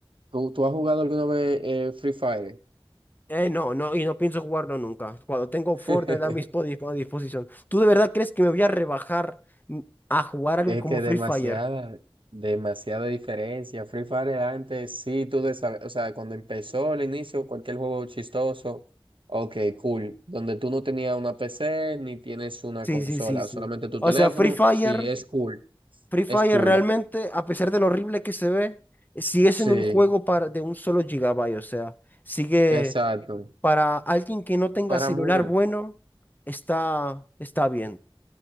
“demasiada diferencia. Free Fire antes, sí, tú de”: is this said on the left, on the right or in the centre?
Right